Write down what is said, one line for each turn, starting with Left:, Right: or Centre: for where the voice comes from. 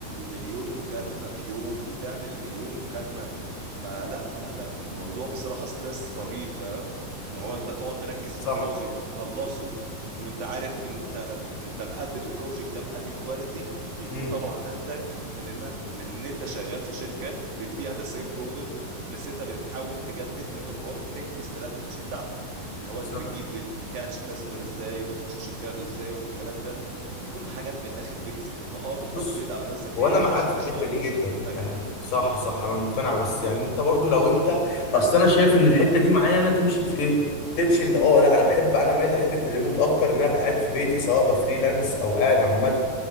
Right: مليون مكالمة في يوم بتعمل مليون مكالمة فلا لا لا الموضوع بصراحة ستريس رهيب فاهم اللي هو انت تقعد تركز
Left: صح
Right: في بروجكت تخلصه وانت عارف انت انت مقدم البروجكت ده بأني كواليتي بيكون
Left: امم
Right: طبعا انتج من ان من ان انت شغال في شركة بتبيع ذا سيم برودكت بس انت بتحاول تجدد من الماركتنج استراتيجي بتاعتك اللي هو
Left: صح
Right: انت بتجيب بتكاتش الكاستمر ازاي بتخش تبيع له ازاي بالكلام ده بتكون حاجات من الاخر بيسك انت اه بتابجريد
Left: بص
Right: على نفسك
Left: هو
Right: فيها
Left: انا معاك
Right: انت عشان
Left: في
Right: تشتغل
Left: الحته دي جدا
Right: اي شغل محتاجها
Left: يعني صح صح انا مقتنع بس
Right: اوكي
Left: يعني انت برضو لو انت اصل انا شايف ان الحته دي معايا انا تمشي في ايه تمشي ان اه لا انا بحب انا مايل لحته الريموت اكتر ان انا ابقى قاعد في بيتي سواء بفريلانس او قاعد عامه